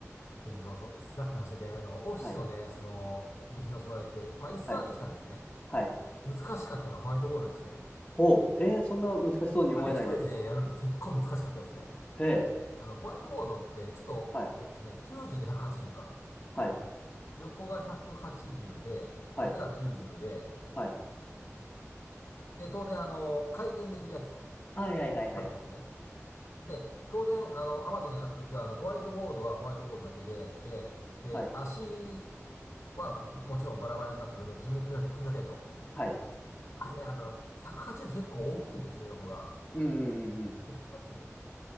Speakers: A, on the left; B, on the left.
A: でね、そうそう。さっきの話で、あの、オフィスのね、
B: はい。
A: その、備品を備えて、まあ、椅子はできたんですね。
B: はい。はい。
A: 難しかったのがホワイトボードでして、
B: ほう。えー、そんな難しそうに思えないです。
A: あれ一人でね、やるって結構難しかったですね。
B: へえ。
A: あの、ホワイトボードって、ちょっと、
B: はい。
A: えっとね、90と180か。
B: はい。
A: 横が180で、
B: はい。
A: 縦が90で、
B: はい。
A: で、当然、あの、回転できるやつ、
B: はい。はい。はい。はい。
A: 買ったんですね。で、当然、あの、アマゾンで買った時は、あの、ホワイトボードはホワイトボードだけで来て、で、
B: はい。
A: 足は、もちろんバラバラになった状態で自分で組み立て、組み立てると。
B: はい。
A: あれね、あの、180って結構大きいんですね、横が。
B: うんうんうんうん。
A: え 180?